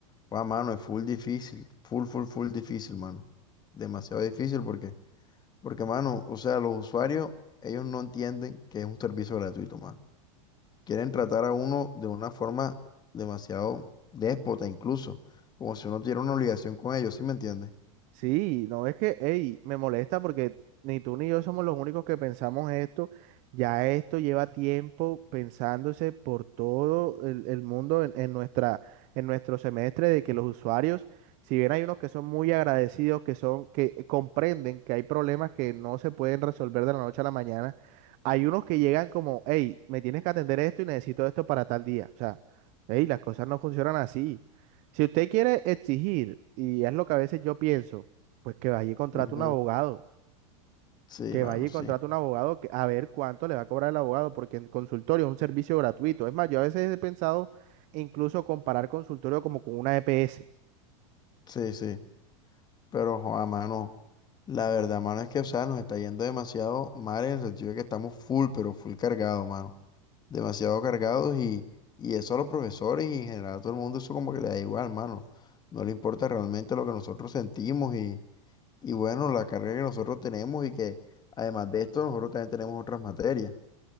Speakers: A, on the left; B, on the right.
A: Guau, mano, es full difícil, full, full, full difícil, mano. Demasiado difícil porque, porque, mano, o sea, los usuarios, ellos no entienden que es un servicio gratuito, mano. Quieren tratar a uno de una forma demasiado déspota, incluso, como si uno tuviera una obligación con ellos, ¿sí me entiendes?
B: Sí, no es que, hey, me molesta porque ni tú ni yo somos los únicos que pensamos esto. Ya esto lleva tiempo pensándose por todo el, el mundo en, en nuestra, en nuestro semestre de que los usuarios, si bien hay unos que son muy agradecidos, que son, que comprenden que hay problemas que no se pueden resolver de la noche a la mañana, hay unos que llegan como, hey, me tienes que atender esto y necesito esto para tal día. O sea, hey, las cosas no funcionan así. Si usted quiere exigir, y es lo que a veces yo pienso, pues que vaya y contrate
A: Ujú.
B: un abogado,
A: Sí,
B: que
A: mano,
B: vaya y
A: sí,
B: contrate un abogado que- a ver cuánto le va a cobrar el abogado, porque en consultorio es un servicio gratuito. Es más, yo a veces he pensado incluso comparar consultorio como con una EPS.
A: sí, sí. Pero, joa, mano, la verdad, mano, es que, o sea, nos está yendo demasiado mal en el sentido de que estamos full, pero full cargado, mano. demasiado cargados y, y eso a los profesores y en general a todo el mundo eso como que le da igual, mano. No le importa realmente lo que nosotros sentimos y, y bueno, la carga que nosotros tenemos y que además de esto nosotros también tenemos otras materias.